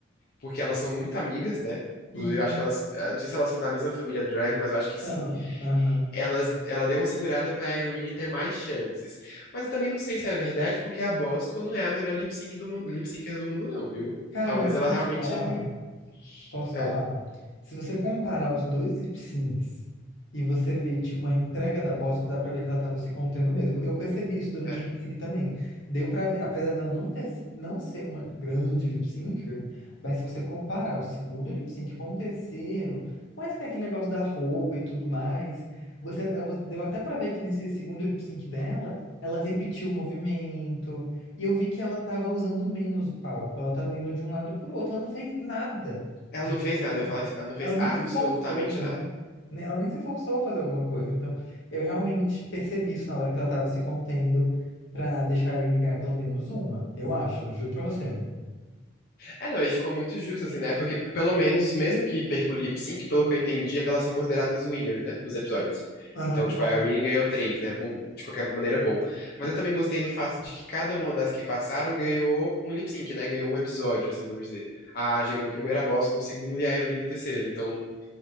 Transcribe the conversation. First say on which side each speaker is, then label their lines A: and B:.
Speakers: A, on the left; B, on the left.
A: porque elas são muito amigas, né? Inclusive,
B: E
A: eu acho que elas. eh, Não sei se elas são da mesma família drag, mas eu acho que
B: então,
A: sim.
B: aham.
A: Elas, ela deu uma segurada pra Irene ter mais chances. Mas eu também não sei se é verdade, porque a Bosco não é a melhor lip sync do mundo, lip syncer do mundo, não, viu?
B: Cara,
A: Talvez
B: mas eu
A: ela
B: posso
A: realmente.
B: te falar?
A: não-
B: Posso
A: É,
B: falar? Se você comparar os dois lip syncs e você ver, tipo, a entrega da Bosco, dá pra ver que ela tava se contendo mesmo. Eu percebi isso durante
A: é.
B: o lip sync também. Deu pra ver, apesar dela não ter, se- não ser uma grande lip syncer, mas se você comparar o segundo lip sync com o terceiro, mas que tem aquele negócio da roupa e tudo mais, você eh, vo- deu até pra ver que nesse segundo lip sync dela, ela repetiu o movimento, e eu vi que ela tava usando menos o palco, ela tava indo de um lado pro outro, ela não fez nada
A: Ela
B: de
A: não
B: interessante.
A: fez nada, eu ia falar isso. Ela não fez
B: Ela nem
A: absolutamente
B: se forçou, né?
A: nada.
B: Ne- Ela nem se forçou a fazer alguma coisa. Então, eu realmente percebi isso na hora que ela tava se contendo pra deixar a Irene ganhar pelo menos uma. Eu acho, eu juro pra você.
A: Ah, não, ele ficou muito justo, assim, né? Porque, pelo menos, mesmo que perca o lip sync, pelo que eu entendi, elas são consideradas winners, né? Dos episódios.
B: Aham.
A: Então, tipo, a Irene ganhou três, né? Bom, de qualquer maneira, bom. Mas eu também gostei do fato de que cada uma das que passaram ganhou um lip sync, né? Ganhou um episódio, assim, vamos dizer. A Aja ganhou o primeiro, a Bosco o segundo e a Irene o terceiro. Então,